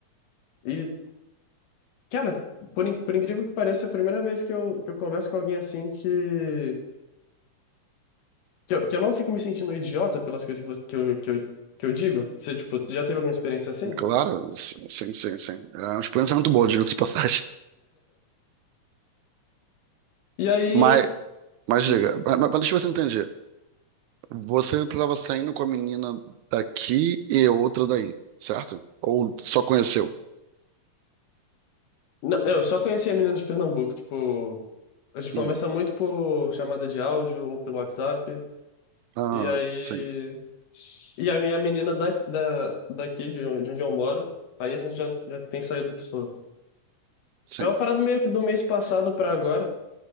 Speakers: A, on the left; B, on the right.
A: E, cara, por, in- por incrível que pareça, é a primeira vez que eu, que eu converso com alguém assim que, que, eu, que eu não fico me sentindo idiota pelas coisas que, você- que, eu, que, eu, que eu digo. Você, tipo, já teve alguma experiência assim?
B: Claro, sim, sim, sim. sim. É uma experiência é muito boa, diga-se de passagem.
A: E aí,
B: <laughs> Mas, mas diga,
A: e-
B: mas, mas deixa eu ver se eu entendi. Você estava saindo com a menina daqui e outra daí, certo? Ou só conheceu?
A: não, eu só conheci a menina de Pernambuco, tipo, a gente conversa
B: Hum.
A: muito por chamada de áudio ou pelo WhatsApp.
B: Ah,
A: E aí.
B: sim,
A: E a minha menina da, da, daqui, de onde, de onde eu moro, aí a gente já, já tem saído com isso.
B: sim,
A: É uma parada meio que do mês passado pra agora.